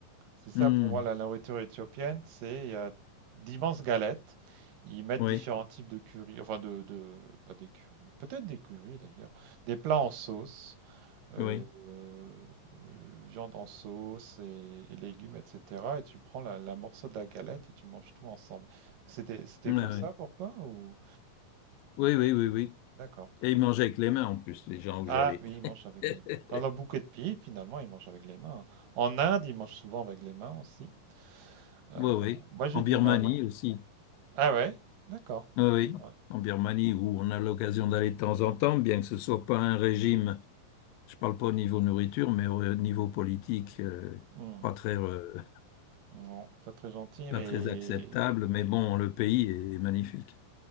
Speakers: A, on the right (about 75°); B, on the left (about 90°).
A: C'est ça
B: Hmm,
A: pour moi la nourriture éthiopienne, c'est il y d'immenses galettes. Ils mettent
B: oui,
A: différents types de curry, enfin de, de- pas des curry, peut-être des curry d'ailleurs, des plats en sauce, euh,
B: oui,
A: euh, viande en sauce et, et légumes, etc. Et tu prends la, la morceau de la galette et tu manges tout ensemble. C'était, c'était
B: oui,
A: comme ça pour toi ou?
B: oui, oui, oui, oui. oui.
A: D'accord.
B: Et ils mangeaient avec les mains en plus, les gens où
A: Ah
B: j'allais.
A: oui, ils mangent avec les mains.
B: <laughs>
A: Quand on a beaucoup de pieds, finalement, ils mangent avec les mains. En Inde, ils mangent souvent avec les mains aussi. Euh,
B: Oui, oui,
A: moi, j'ai
B: en
A: du
B: Birmanie
A: mal. hein.
B: aussi.
A: Ah ouais? D'accord.
B: Oui, oui,
A: Ouais.
B: en Birmanie où on a l'occasion d'aller de temps en temps, bien que ce soit pas un régime, je parle pas au niveau nourriture, mais au euh, niveau politique, euh,
A: Hmm.
B: pas très, euh,
A: Non, pas très gentil,
B: pas
A: mais...
B: très acceptable, mais bon,
A: Ouais,
B: le pays est magnifique.